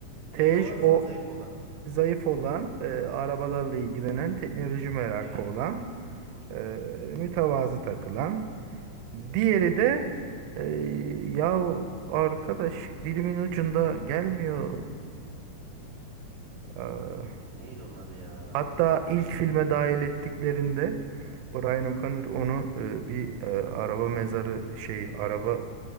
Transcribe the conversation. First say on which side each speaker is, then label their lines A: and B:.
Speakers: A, on the right (about 90°); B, on the right (about 45°).
A: Tej
B: Hece olan z-
A: o
B: zayıf olan.
A: zayıf olan, e, arabalarla ilgilenen, teknoloji merakı
B: Evet.
A: olan, e, mütevazı takılan. Diğeri de e, ya arkadaş dilimin ucunda gelmiyor. e, aa.
B: Neydi onun adı ya?
A: hatta ilk filme dahil ettiklerinde Brian O'Connor onu e, bir e, araba mezarı şey araba